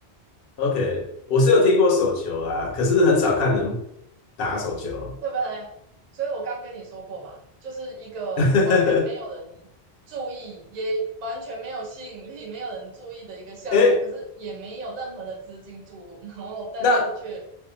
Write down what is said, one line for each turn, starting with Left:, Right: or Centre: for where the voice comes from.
Left: ，OK，我是有听过手球啦，可是很少看人打手球。
Right: 对不对？所以我刚跟你说过吧，就是一个完全没有人
Left: <laughs>
Right: 注意，也完全没有吸引力、没有人注意的一个项目，
Left: 哎
Right: 可是也没有任何的资金注入，然后但是却。
Left: 那